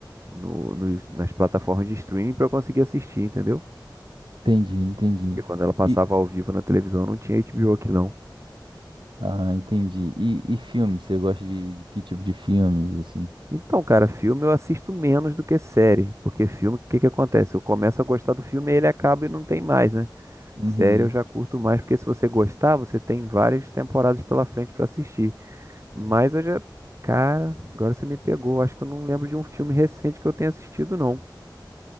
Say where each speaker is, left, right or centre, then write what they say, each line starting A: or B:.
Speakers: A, on the right; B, on the right.
A: no, nos- nas plataformas de streaming para eu conseguir assistir, entendeu?
B: Entendi, entendi.
A: Porque quando ela passava
B: E,
A: ao vivo na televisão não tinha HBO aqui não.
B: ah, entendi. E, e filme? Você gosta de, de que tipo de filmes, assim?
A: Então, cara, filme eu assisto menos do que série. Porque filme, o que que acontece? Eu começo a gostar do filme e ele acaba e não tem mais, né?
B: Uhum.
A: Série eu já curto mais, porque se você gostar, você tem várias temporadas pela frente pra assistir. Mas eu já. Cara, agora você me pegou. Acho que eu não lembro de um filme recente que eu tenha assistido, não.